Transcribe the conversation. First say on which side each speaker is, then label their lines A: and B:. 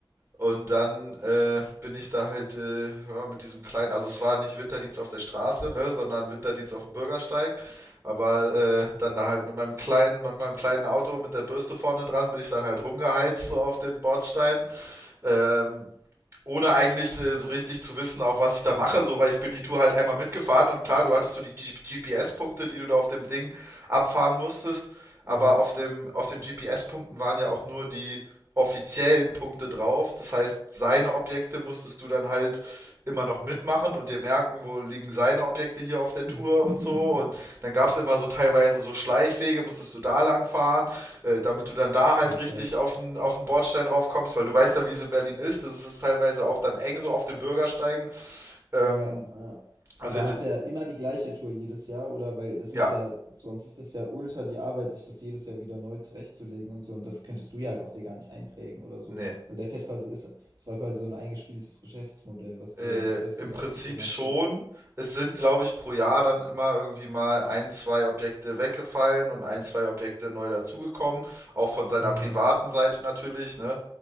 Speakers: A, on the right; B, on the right.
A: und dann äh, bin ich da halt äh, ja, mit diesem kleinen, also es war nicht Winterdienst auf der Straße, ne, sondern Winterdienst auf dem Bürgersteig. Aber äh, dann da halt mit meinem kleinen, mit meinem kleinen Auto mit der Bürste vorne dran, bin ich dann halt rumgeheizt so auf den Bordstein. Ähm, ohne eigentlich äh, so richtig zu wissen, auch was ich da mache, so, weil ich bin die Tour halt einmal mitgefahren und klar, du hattest so die GPS-Punkte, die du da auf dem Ding abfahren musstest, aber
B: ja.
A: auf dem, auf den GPS-Punkten waren ja auch nur die offiziellen Punkte drauf. Das heißt, seine Objekte musstest du dann halt immer noch mitmachen und dir merken, wo liegen seine Objekte hier auf der
B: <laughs>
A: Tour und so. Und dann gab es immer so teilweise so Schleichwege, musstest du da lang fahren, äh, damit du dann da halt
B: Ja, krass.
A: richtig auf den, auf den Bordstein raufkommst, weil du weißt ja, wie es in Berlin ist. Das ist teilweise auch dann eng so auf den Bürgersteigen. Ähm,
B: Ja, ja.
A: also
B: Aber
A: jetzt,
B: hat er immer die gleiche Tour jedes Jahr? Oder weil das
A: ja,
B: muss ja, sonst ist das ja ultra die Arbeit, sich das jedes Jahr wieder neu zurechtzulegen und so. Und das könntest du ja auch dir gar nicht einprägen oder so.
A: nee.
B: Also der fährt quasi, ist, das war quasi so ein eingespieltes Geschäftsmodell, was
A: Äh,
B: der, was
A: Im
B: ihr da
A: Prinzip
B: so gemacht
A: schon.
B: habt.
A: Es sind, glaube ich, pro Jahr dann immer irgendwie mal ein, zwei Objekte weggefallen und ein, zwei Objekte neu dazugekommen. Auch von seiner
B: Hm.
A: privaten Seite natürlich, ne?